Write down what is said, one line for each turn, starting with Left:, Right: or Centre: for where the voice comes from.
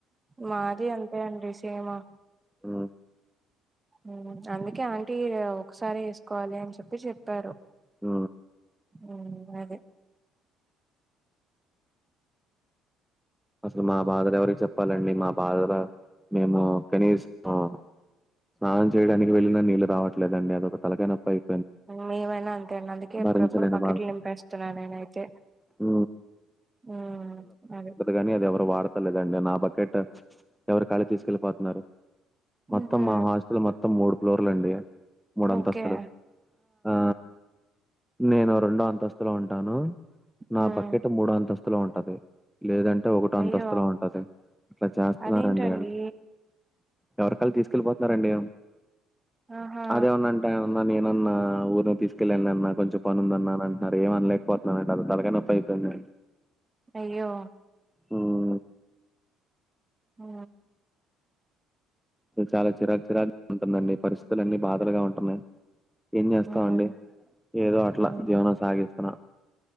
Right: మాది అంతే అండి సేమా
Centre: ఊ
Right: ఊ అందుకే ఆంటీ ఒకసారి వేసుకోవాలి అని చెప్పి చెప్పారు
Centre: ఊ
Right: ఊ అదే
Centre: అసలు మా బాధల్ ఎవరికి చెప్పాలండి మా బాధర్ మేము కనీసం ఉ స్నానం చేయడానికి వెళ్లిన నీళ్లు రావట్లేదండి అదొక తలకానప్పయి
Right: మేమైనా అంతే అండి అందుకే
Centre: భరించలేని
Right: ఎప్పుడప్పుడు బకెట్లు నింపేస్తున్నాను నేనైతే
Centre: ఊ
Right: ఊ అదే
Centre: కానీ అది ఎవరు వాడత లేదండి నా బకెట్ ఎవరు కాళ్ళే తీసుకెల్లిపోతున్నారు
Right: హుహు.
Centre: మొత్తం మా హాస్టల్ మొత్తం మూడు ఫ్లోర్లు అండి మూడంతస్థులు
Right: ఓకే.
Centre: ఆ నేను రెండో అంతస్తులో ఉంటాను నా
Right: హ్మ్
Centre: బకెట్ మూడో అంతస్తులో ఉంటది లేదంటే టే ఒకటో అంతస్తులో
Right: అయ్యో
Centre: ఉంటది ఇట్లా చేస్తున్నారండిళ్ళు
Right: అదేంటండి
Centre: ఎవరికాల్ తీసుకెళ్ళిపోతున్నారండి
Right: ఆహా
Centre: అదేమన్నన్ టే అన్నా నేనన్నా ఊరినే తీసుకెళ్ళాలే అన్నా కొంచం పనుందన్నా అంటున్నారు ఏమనలేకపో నాక్ పెద్ద తలకాయ్ నొప్పి అయిపోయింది
Right: అయ్యో
Centre: హ్మ్.
Right: ఊ
Centre: చాలా చిరాకు చిరాగ ఉంటుందండి పరిస్థితులు అన్నీ బాధలుగా ఉంటున్నాయి ఏం చేస్తావండి
Right: హ్మ్
Centre: ఏదో అట్లా
Right: హ్మ్
Centre: జీవనం సాగిస్తున్నా